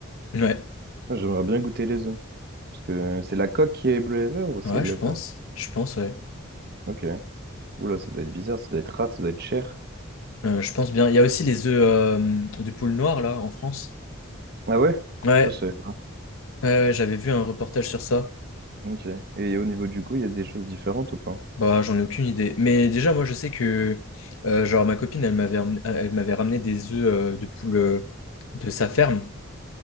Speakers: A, on the left (about 85°); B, on the right (about 50°).
A: Ouais,
B: Ah, J'aimerais bien goûter les œufs. Parce que c'est la coque qui est bleu et vert ou c'est
A: ouais,
B: le...
A: je pense. Je pense, ouais.
B: Ok. Oula, ça doit être bizarre, ça doit être rare, ça doit être cher.
A: Euh, je pense bien. Il y a aussi les œufs euh, de poule noire, là, en France.
B: Ah ouais?
A: Ouais,
B: Ça, je savais pas.
A: ouais, ouais, j'avais vu un reportage sur ça.
B: Ok. Et au niveau du goût, il y a des choses différentes ou pas?
A: Bah, j'en ai aucune idée. Mais déjà, moi, je sais que, euh, genre, ma copine, elle m'avait ramené, elle m'avait ramené des œufs euh, de poule euh, de sa ferme.